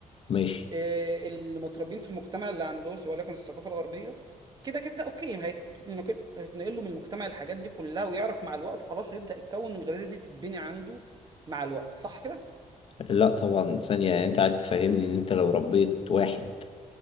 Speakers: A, on the left; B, on the right.
A: ماشي
B: آه، اللي متربيين في المجتمع اللي عنده سواء وليكن الثقافه الغربيه كده كده اوكي هيتنقل هيتنقل له من المجتمع الحاجات دي كلها ويعرف مع الوقت وخلاص ويبدا يتكون الغريزه دي تتبني عنده مع الوقت صح كده
A: لا طبعا ثانية انت عايز تفهمني ان انت لو ربيت واحد